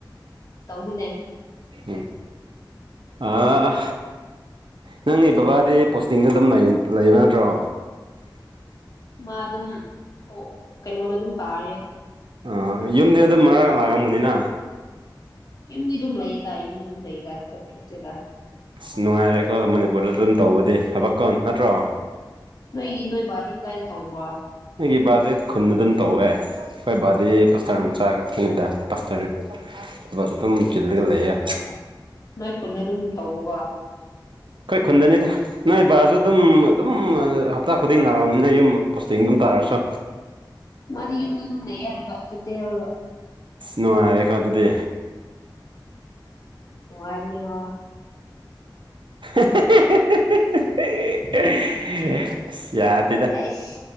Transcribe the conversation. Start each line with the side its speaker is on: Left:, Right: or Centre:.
Left: ꯇꯧꯁꯤꯅꯦ
Right: ꯎ ꯑꯥ ꯅꯪꯒꯤ ꯕꯕꯥꯗꯤ ꯄꯣꯁꯇꯤꯡꯗ ꯑꯗꯨꯝ ꯂꯩꯕ ꯅꯠꯇ꯭ꯔꯣ
Left: ꯃꯥ ꯑꯗꯨꯝ ꯑꯣ ꯀꯩꯅꯣꯗ ꯑꯗꯨꯝ ꯇꯥꯔꯤꯌꯦ
Right: ꯑ ꯌꯨꯝꯗꯤ ꯑꯗꯨꯝ ꯃꯔꯛ ꯂꯥꯛꯔꯝꯒꯅꯤꯅ
Left: ꯌꯨꯝꯗꯤ ꯑꯗꯨꯝ ꯂꯩꯗ ꯌꯨꯝꯗꯤ ꯑꯗꯨꯝ ꯂꯩꯗ ꯆꯠꯊꯣꯛꯇ꯭ꯔꯤꯗ
Right: ꯑꯁ ꯅꯨꯡꯉꯥꯏꯔꯦꯀꯣ ꯃꯅꯤꯄꯨꯔꯗ ꯑꯗꯨꯝ ꯇꯧꯕꯗꯤ ꯊꯕꯛꯀꯣꯟ ꯅꯠꯇ꯭ꯔꯣ
Left: ꯅꯣꯏꯗꯤ ꯅꯣꯏ ꯕꯥꯗꯤ ꯀꯗꯥꯏꯗ ꯇꯧꯕ꯭ꯔꯣ
Right: ꯑꯩꯒꯤ ꯕꯥꯔꯗꯦ ꯈꯨꯟꯗ ꯑꯗꯨꯝ ꯇꯧꯑꯦ ꯍꯈꯣꯏ ꯕꯥꯗꯤ ꯄꯁꯇꯔ ꯑꯃ ꯆꯥ ꯈꯛꯇꯅꯤꯗ ꯄꯥꯁꯇꯔ ꯊꯕꯛ ꯑꯗꯨꯝ ꯆꯤꯜꯂꯒ
Left: ꯄꯥꯁꯇꯔ
Right: ꯂꯩꯌꯦ
Left: ꯅꯣꯏ ꯈꯨꯟꯗ ꯑꯗꯨꯝ ꯇꯧꯕꯀꯣ
Right: ꯑꯩꯈꯣꯏ ꯈꯨꯟꯗꯅꯤꯗ ꯅꯣꯏ ꯕꯥꯁꯨ ꯑꯗꯨꯝ ꯑꯗꯨꯝ ꯍꯞꯇꯥ ꯈꯨꯗꯤꯡ ꯂꯥꯛꯔꯝꯅꯤꯅ ꯌꯨꯝ ꯆꯦꯡ ꯑꯗꯨꯝ ꯇꯥꯔꯁꯨ
Left: ꯃꯥꯗꯤ ꯌꯨꯝꯗ ꯑꯗꯨꯝ ꯂꯩꯔꯒ ꯆꯠꯇꯦ ꯌꯥꯔꯒ
Right: ꯅꯨꯡꯉꯥꯏꯔꯀꯥꯟꯗꯗꯤ
Left: ꯅꯨꯡꯉꯥꯏꯕꯅꯤꯀꯣ
Right: <unintelligible>
Left: ꯑꯁ